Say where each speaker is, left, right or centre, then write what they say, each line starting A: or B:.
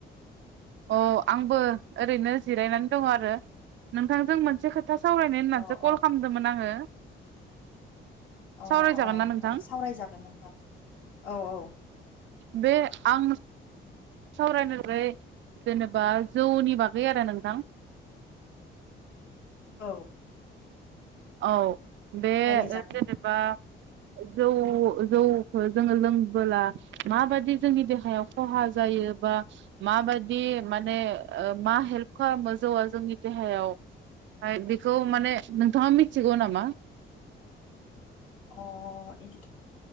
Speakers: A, on the right; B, on the left.
A: अ आंबो ओरैनो। जिरायनानै दङ आरो नोंथांजों मोनसे खोथा। खोथा सावरायनाय होननानैसो
B: अ
A: कल
B: अ
A: खालामदोंमोन आङो।
B: अ
A: सावरायजागोन ना नोंथां
B: अ सावरायजागोन नोंथां औ औ।
A: बे। आं। सावरायनानै जेनेबा जौनि बागै आरो नोंथां।
B: औ
A: औ बे
B: रायलायजागोन
A: ओ जेनेबा
B: नोंथां
A: जौ जौखो जोङो लोंबोला माबादि जोंनि देहायाव खहा जायो बा माबादि माने ओ मा हेल्प खालामो जौआ जोंनि देहायाव बेखौ माने नोंथाङा मि थिगौ नामा
B: अ इदिथ'